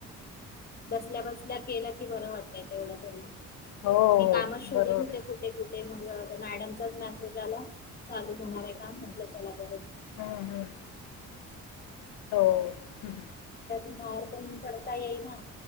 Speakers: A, on the left; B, on the left.
A: बसल्या बसल्या केल्या कि बरं वाटतय तेवढं तरी
B: हो हो
A: मी कामच शोधत
B: बरोबर
A: होते
B: आहे
A: कुठे कुठे म मॅडमचाच मेसेज आला चालू होणार आहे काम म्हटल त्याला ब
B: हम्म हम्म हो ह्
A: मार पण पडता येई ना